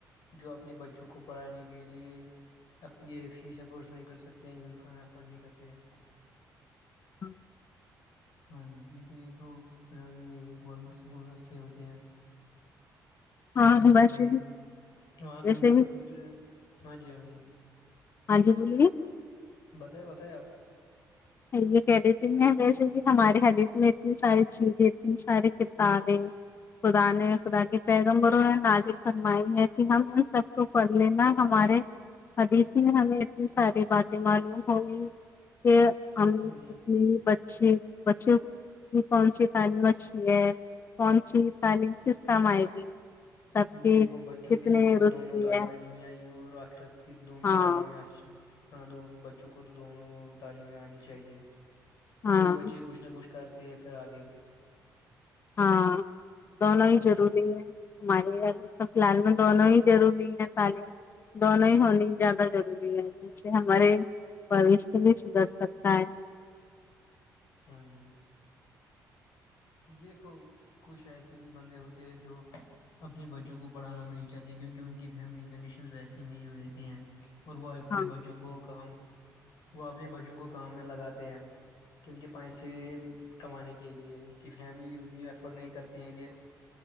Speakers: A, on the left; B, on the left.
A: جو اپنے بچوں کو پڑھانے کے لیے یہ فیس افورڈس نہیں کر سکتے ہیں یونیفارم افورڈ نہیں کرتے ہیں
B: <inaudible>
A: ہاں جی ان کے لیے تو پرائ گورنمنٹ اسکول اچھے ہوتے ہیں کیونکہ
B: ہاں
A: وہاں
B: ویسے
A: پہ
B: بھی
A: وہاں پہ
B: ویسے
A: مفت
B: بھی
A: ہاں جی ہاں جی
B: ہاں جی بولیے
A: بتایں بتایں آپ
B: یہ کہہ رہی تھی میں ویسے بھی ہمارے ہابٹس میں اتنی ساری چیزیں سارے کتابیں خدا نے خدا کے پیغمبوروں نے نازل فرمائی ہے کہ ہم ان سب کو پڑھ لینا ہمارے ابھی اسی میں ہمیں اتنی ساری باتیں معلوم ہوگی کہ ہم
A: ہاں جی
B: جتنے بھی بچے بچے کہ کون سی تعلیم اچھی ہے کون سی تعلیم کس کام آئے گی سب کی
A: دیکھو بچوں
B: کتنے
A: کے لیے تو
B: رتبے
A: دونوں تعلیمیں
B: ہے
A: دنیائی اور آخرت کی دونوں
B: ہاں
A: تعلیمیں اچھی ہاں بچوں کو تو دونوں تعلیم آنی چاہیے
B: ہاں
A: وہی بچے کچھ نہ کچھ کرتے ہے پھر آگے
B: ہاں دونوں ہی
A: ہاں
B: ضروری
A: جی
B: ہے ہمارے گھر تو فلحال میں دونوں ہی ضروری ہے تعلیم دونوں ہی ہونی زیادہ ضروری ہے جیس سے ہمارے پروش ت بھی سدر سکتا ہے
A: ہاں جی دیکھو کچھ ایسے بھی بندے ہوتے ہیں جو اپنے بچوں کو پڑھانا نہیں چاہتے کیونکہ ان کی فیملی کنڈیشنز ویسی نہیں رہتی ہیں اور وہ اپنے
B: ہاں
A: بچوں کو کام وہ اپنی بچوں کو کام میں لگاتے ہیں کیونکہ پیسے کمانے کے لیے کی فیملی اتنی افورڈ نہیں کرتی ہیں کہ